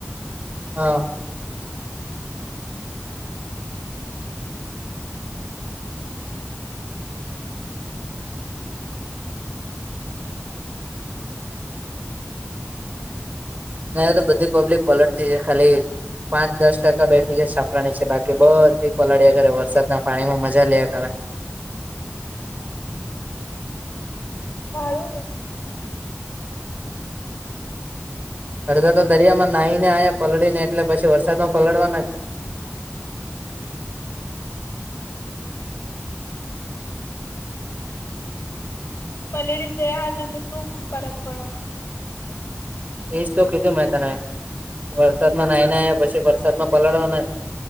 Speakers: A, on the right; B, on the left.
A: હા હા નાં તો બધી પબ્લિક પલટતી છે ખાલી પાંચ દસ ટકા બેઠી છે છપરાની છે બાકી બધી પલાળ્યા ઘે વરસાદના પાણીમાં મજા લ કારણે
B: હળું
A: અડધો તો દરિયામાં નાહી ને આ્યા પલળીને એટલે પછી વરસાદમાં પલળવાના છે
B: બલેરી જ દયા હશે તો શું ફરક પડવાનો
A: એજ તો કીધું મેં તમે વરસાદમાં નાઈ ના્યા પછી વરસાદમાં પલળવાના